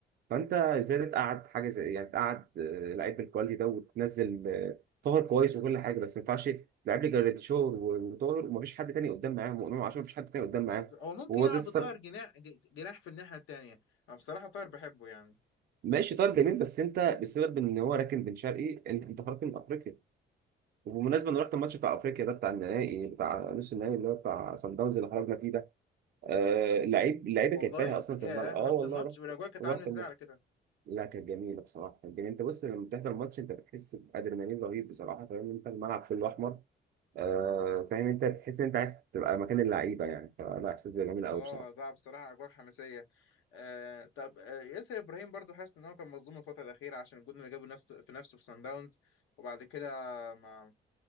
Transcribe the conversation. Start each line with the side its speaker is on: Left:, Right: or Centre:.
Right: فانت ازاي تقعد حاجه زي يعني تقعد آه، لعيب بالكواليتي ده وتنزل آه، طاهر كويس وكل حاجه بس ما ينفعش لعيب لي جراديشور وطاهر ومفيش حد تاني قدام معاهم وامام عاشور مفيش حد تاني قدام معاهم
Left: بز- هو ممكن
Right: وهو
Left: يلعب
Right: ده السبب
Left: بطاهر جناح ج- جناح في الناحيه التانيه انا بصراحه طاهر بحبه يعني
Right: ماشي طاهر جميل بس انت بسبب ان هو راكن بن شرقي انت انت خرجت من افريقيا وبمناسبة أنا رحت الماتش بتاع أفريقيا ده بتاع النهائي بتاع نص النهائي اللي هو بتاع صن داونز اللي خرجنا فيه ده آه اللعيب اللعيبة
Left: والله
Right: كانت تايهة أصلا
Left: يا
Right: في الملعب
Left: رحت
Right: أه والله
Left: الماتش
Right: رحت
Left: والاجواء كانت
Right: رحت
Left: عامله ازاي
Right: الماتش
Left: على كده
Right: لا كانت جميلة بصراحة كانت جميلة أنت بص لما بتحضر الماتش أنت بتحس بأدرينالين رهيب بصراحة فاهم أنت الملعب كله أحمر آه فاهم أنت بتحس إن أنت عايز تبقى مكان اللعيبة يعني فلا إحساس جميل أوي
Left: اه
Right: بصراحة
Left: لا بصراحه اجواء حماسيه آه طب آه ياسر ابراهيم برضو حاسس ان هو كان مظلوم الفتره الاخيره عشان الجون اللي جابه نفسه في نفسه في سان داونز وبعد كده ما